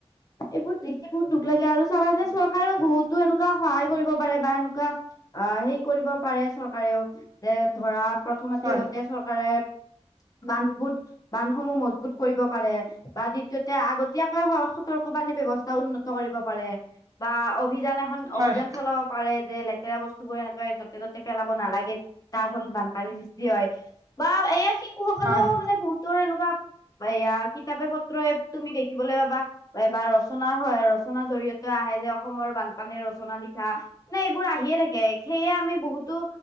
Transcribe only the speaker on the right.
হয়
হয়
হয়